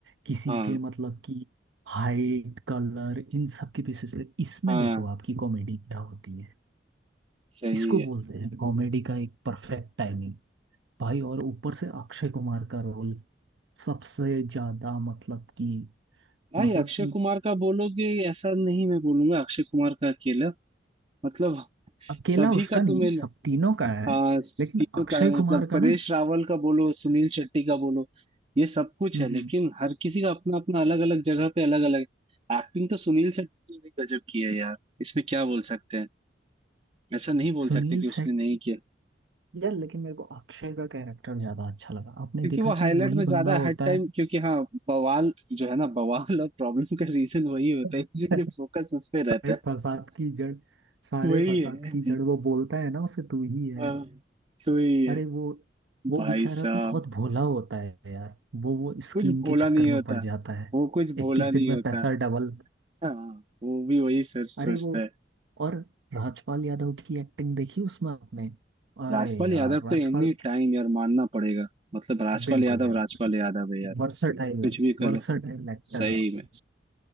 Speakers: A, on the right; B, on the right.
A: किसी
B: हाँ
A: के मतलब कि हाइट कलर इन सब की बेसिस पे इसमें
B: हाँ
A: देखो आपकी कॉमेडी क्या होती है
B: सही
A: इसको
B: है
A: बोलते हैं कॉमेडी का एक परफेक्ट टाइमिंग भाई और ऊपर से अक्षय कुमार का रोल सबसे ज्यादा मतलब कि
B: भाई
A: मतलब
B: अक्षय
A: कि
B: कुमार का बोलोगे ऐसा नहीं मैं बोलूंगा अक्षय कुमार का अकेला मतलब
A: अकेला
B: सभी
A: उसका
B: का
A: नहीं
B: तुम्हें ल-
A: सब तीनों का है
B: हाँ
A: लेकिन
B: तीनों
A: अक्षय
B: का है मतलब
A: कुमार का
B: परेश
A: ना
B: रावल का बोलो सुनील शेट्टी का बोलो ये सब कुछ
A: हम्म
B: है लेकिन
A: हम्म।
B: हर किसी का अपना अपना अलग अलग जगह पे अलग अलग एक्टिंग तो सुनील शेट्टी ने भी गजब की है यार इसमें क्या बोल सकते हैं ऐसा नहीं बोल
A: सुनील
B: सकते कि उसने
A: शेट्टी
B: नहीं किया
A: यार लेकिन मेरे को अक्षय का कैरेक्टर ज्यादा अच्छा लगा आपने
B: क्योंकि
A: देखा
B: वो
A: कि
B: हाईलाइट
A: वही
B: में ज्यादा
A: बंदा
B: हर
A: होता
B: टाइम
A: है
B: क्योंकि हाँ बवाल जो है ना बवाल और प्रॉब्लम का रीजन वही होता
A: <laughs>
B: है <laughs> इसलिए फोकस उस पे रहता
A: सारे
B: है
A: फसाद की जड़ सारे
B: वही
A: फसाद
B: है
A: की जड़ वो बोलता है ना उसे तू ही है
B: हाँ हम्म। तो वही है
A: अरे वो वो
B: भाई
A: बेचारा
B: साहब
A: भी बहुत भोला होता है यार वो वो स्कीम
B: कुछ भोला
A: के चक्कर
B: नहीं
A: में
B: होता
A: पड़ जाता है
B: वो कुछ भोला
A: इक्कीस
B: नहीं
A: दिन में
B: होता
A: पैसा डबल
B: हाँ वो भी वही सर सोचता
A: अरे वो
B: है
A: और राजपाल यादव की एक्टिंग देखी उसमें आपने अरे
B: राजपाल
A: यार
B: यादव
A: राजपाल
B: तो एनी टाइम यार मानना पड़ेगा मतलब राजपाल
A: बिल्कुल
B: यादव
A: यार
B: राजपाल यादव है यार
A: वर्सटाइल है
B: कुछ भी कर
A: वर्सटाइल
B: लो
A: एक्टर
B: सही
A: है
B: में